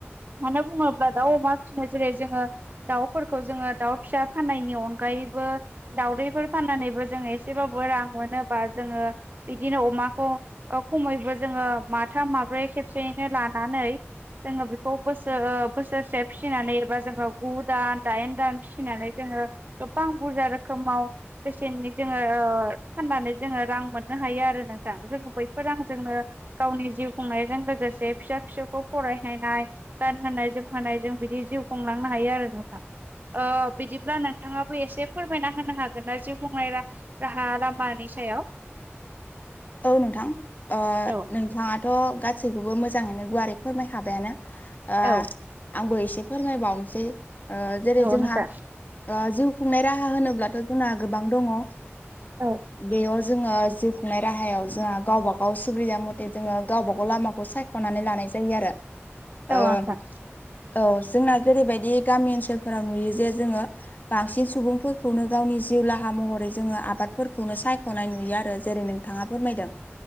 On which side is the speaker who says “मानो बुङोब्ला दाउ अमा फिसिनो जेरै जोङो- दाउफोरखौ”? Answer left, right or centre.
Right